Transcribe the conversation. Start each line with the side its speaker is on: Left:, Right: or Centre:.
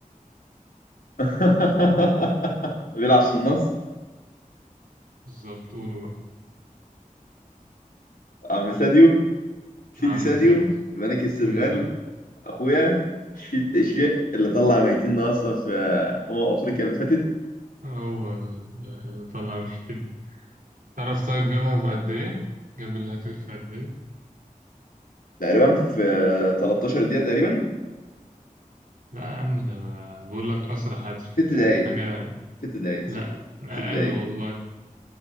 Left: <laughs> بيلعب في النصر
Right: بالظبط قوله بقى
Left: عم ساديو سيدي
Right: عم
Left: ساديو
Right: سعد
Left: ملك السنغال
Right: سيدي سعد
Left: اخويا الشيء الشيء اللي طلع ميتنا اصلا في آه، امم افريقيا اللي فاتت
Right: هو اللي طلع مش كده تعرف طيب جابها في قد إيه؟ جاب الهاتريك في قد إيه؟
Left: تقريبا في 13 دقيقه تقريبا
Right: لا يا عم ده بقى- بقول لك أسرع هاتريك
Left: ست دقائق
Right: يعني حاجة
Left: ست دقائق
Right: لا
Left: ست
Right: أقل
Left: ست دقائق
Right: والله